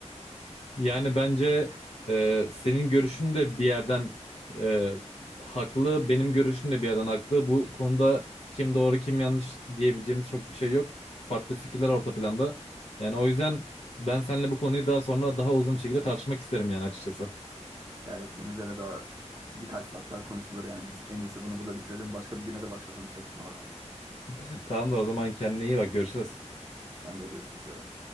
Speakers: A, on the left (about 55°); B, on the right (about 25°).
A: Yani bence e, senin görüşün de bir yerden e, haklı, benim görüşüm de bir yerden haklı. Bu konuda kim doğru kim yanlış diyebileceğimiz çok bir şey yok. Farklı fikirler orta planda. Yani o yüzden ben seninle bu konuyu daha sonra daha uzun bir şekilde tartışmak isterim yani açıkçası.
B: Yani evet bunun üzerine daha birkaç saat daha konuşulur yani biz en iyisi bunu burada bitirelim. Başka bir güne de başka konuşacak bir konu kalsın.
A: <laughs> Tamamdır o zaman kendine iyi bak görüşürüz.
B: Sen de görüşmek üzere.